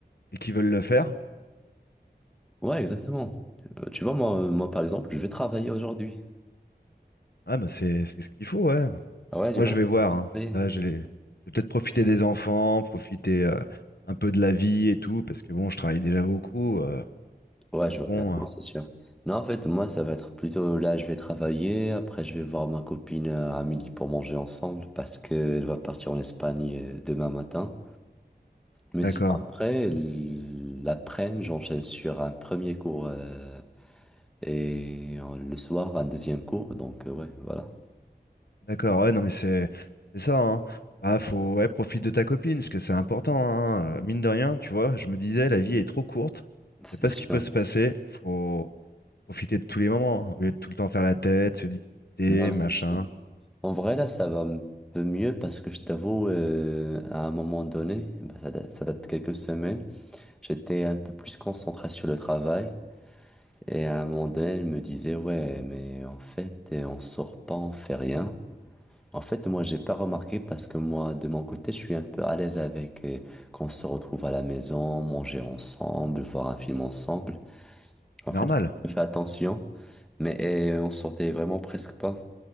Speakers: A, on the left (about 70°); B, in the centre.
A: et qu'ils veulent le faire,
B: Ouais, exactement. Euh, tu vois, moi, euh, moi, par exemple, je vais travailler aujourd'hui.
A: ah bah c'est c'est ce qu'il faut, ouais.
B: Ah Ouais, je
A: Moi,
B: vois,
A: je
B: je
A: vais
B: vais
A: voir. hein.
B: travailler.
A: Là, j'ai les- je vais peut-être profiter des enfants, profiter euh, un peu de la vie et tout, parce que bon, je travaille déjà beaucoup. euh,
B: Ouais,
A: donc
B: je vois
A: bon,
B: bien, non,
A: euh,
B: c'est sûr. Non, en fait, moi, ça va être plutôt là, je vais travailler. Après, je vais voir ma copine euh, à midi pour manger ensemble parce qu'elle va partir en Espagne euh, demain matin. Mais
A: d'accord,
B: si après, l- l'après-midi, j'enchaîne sur un premier cours euh, et euh, le soir, un deuxième cours. Donc, euh, ouais, voilà.
A: d'accord. Ouais, non, mais c'est c'est ça. Hein. Bah, faut ouais, profite de ta copine, parce que c'est important. hein. Euh, Mine de rien, tu vois. Je me disais, la vie est trop courte. On
B: C'est
A: sait pas
B: sûr.
A: ce qui peut se passer. Faut profiter de tous les moments, hein, au lieu de tout le temps faire la tête, se disputer,
B: Non, mais
A: machin.
B: c'est sûr. En vrai, là, ça va un peu mieux parce que je t'avoue, euh, à un moment donné, bah, ça, da- ça date de quelques semaines, j'étais un peu plus concentré sur le travail. Et à un moment donné, elle me disait, ouais, mais en fait, euh, on sort pas, on fait rien. En fait, moi, j'ai pas remarqué parce que moi, de mon côté, je suis un peu à l'aise avec euh, qu'on se retrouve à la maison, manger ensemble, voir un film ensemble. En
A: C'est
B: fait,
A: normal.
B: je fais attention, mais euh, on sortait vraiment presque pas.